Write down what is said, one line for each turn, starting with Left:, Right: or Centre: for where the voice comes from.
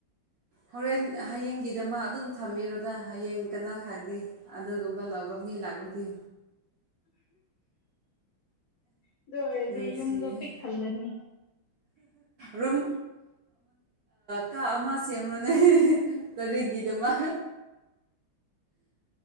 Right: ꯍꯣꯔꯦꯟ ꯍꯌꯦꯡꯒꯤꯗꯃꯥ ꯑꯗꯨꯝ ꯊꯝꯕꯤꯔꯣꯅ ꯍꯌꯦꯡ ꯀꯅꯥ ꯈꯥꯛꯗꯤ ꯑꯗꯨꯒꯨꯝꯕ ꯂꯧꯕ ꯃꯤ ꯂꯥꯛꯂꯗꯤ
Left: ꯑꯗꯨ ꯑꯣꯏꯔꯗꯤ
Right: ꯅꯨꯡꯁꯤꯌꯦ
Left: ꯌꯨꯝꯗꯣ ꯄꯤꯛ ꯊꯜꯂꯅꯤ
Right: ꯔꯨꯝ ꯀꯥ ꯑꯃ ꯁꯦꯝꯔꯣꯅꯦ ꯇꯔꯤꯒꯤꯗ ꯃꯥ